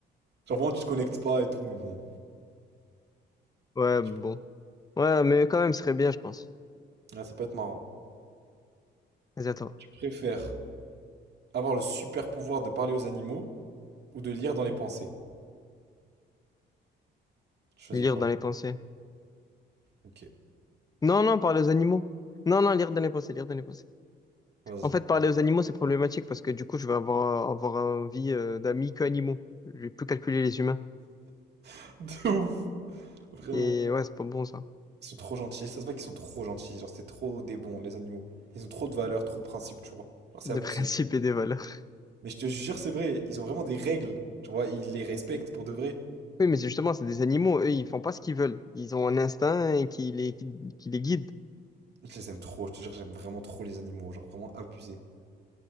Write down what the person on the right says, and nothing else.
Genre, vraiment, tu te connectes pas et tout, mais bon.
Je sais pas.
Ouais, ça peut être marrant.
Tu préfères avoir le super pouvoir de parler aux animaux ou de lire dans les pensées? Tu choisis
quoi?
Ok,
vas-y.
<laughs> De ouf, vraiment.
Ils sont trop gentils. Et ça se voit qu'ils sont trop gentils. Genre, c'est trop des bons, les animaux. Ils ont trop de valeurs, trop de principes, tu vois. Genre, c'est
abusé.
Mais je te jure, c'est vrai. Ils ont vraiment des règles. Tu vois, ils les respectent pour de vrai.
Je les aime trop. Je te jure, j'aime vraiment trop les animaux. Genre, vraiment abusé.